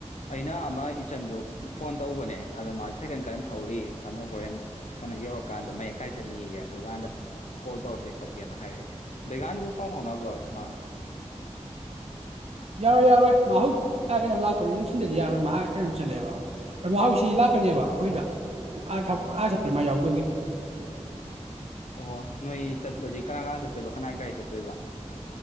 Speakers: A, on the left; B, on the right.
A: ꯑꯩꯅ ꯑꯃ ꯏꯆꯟꯗꯨ ꯐꯣꯟ ꯇꯧꯕꯅꯦ ꯑꯗꯣ ꯃꯥꯗꯤ ꯁꯦꯀꯟ ꯀꯥꯟ ꯊꯧꯔꯤ ꯇꯥꯃꯣ ꯍꯣꯔꯦꯟ ꯀꯩꯅꯣ ꯌꯧꯔꯀꯥꯟꯗ ꯃꯌꯥꯀꯥꯏ ꯆꯠꯅꯤꯌꯦ ꯑꯗꯨꯀꯥꯟꯗ ꯀꯣꯜ ꯇꯧꯔꯛꯀꯦ ꯈꯣꯠꯀꯦꯅ ꯍꯥꯏꯔꯛꯑꯦ ꯗꯩꯀꯥꯟꯗꯨꯕꯨ ꯄꯥꯎ ꯐꯥꯎꯅꯕ꯭ꯔꯣ ꯑꯃ
B: ꯌꯥꯔꯣꯏ ꯌꯥꯔ ꯑꯣꯏ ꯃꯍ ꯍꯏ ꯑꯥ ꯀꯩꯅꯣꯝ ꯂꯥꯛꯄꯅꯤ ꯅꯨꯡꯁꯤꯟꯗꯗꯤ ꯌꯥꯔꯣꯏ ꯃꯍꯥꯛ ꯀꯩꯅꯣ ꯆꯠꯂꯦꯕ ꯑꯗꯣ ꯃꯍꯥꯎꯁꯤ ꯂꯥꯛꯀꯅꯦꯕ ꯑꯩꯈꯣꯏꯗ ꯑ ꯊ
A: ꯎꯝ
B: ꯑꯁꯄ꯭ꯔꯤꯃꯥ ꯌꯥꯎꯗꯣꯒꯤ
A: ꯑꯣꯍꯣ ꯅꯣꯏ ꯆꯠꯂꯗꯤ ꯀꯅꯥ ꯀꯅꯥ ꯆꯠꯇꯣꯏꯕ ꯀꯅꯥ ꯒꯥꯔꯤ ꯆꯠꯇꯣꯏꯕ